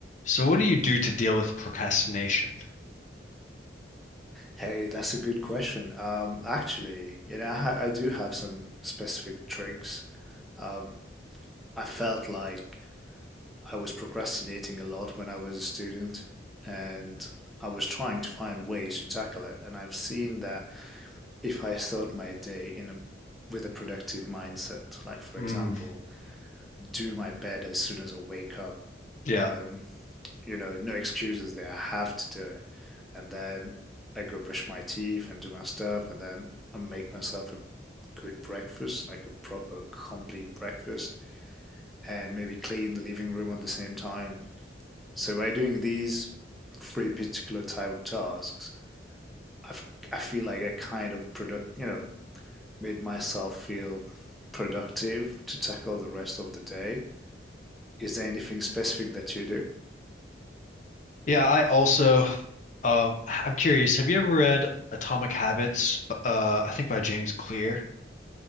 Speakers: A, on the left (about 40°); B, in the centre.
A: So what do you do to deal with procrastination?
B: Hey, that's a good question. Um, actually, you know, I, ha- I do have some specific tricks. Um, I felt like I was procrastinating a lot when I was a student, and I was trying to find ways to tackle it. And I've seen that if I start my day in a with a productive mindset, like for
A: Mm,
B: example, do my bed as soon as I wake up.
A: yeah.
B: Um, you know, no excuses there. I have to do it. And then I go brush my teeth and do my stuff, and then I make myself a good breakfast, like a proper, complete breakfast, and maybe clean the living room at the same time. So by doing these three particular type of tasks, I've, I feel like I kind of product, you know, made myself feel productive to tackle the rest of the day. Is there anything specific that you do?
A: Yeah, I also um I'm curious, have you ever read Atomic Habits b- uh I think by James Clear?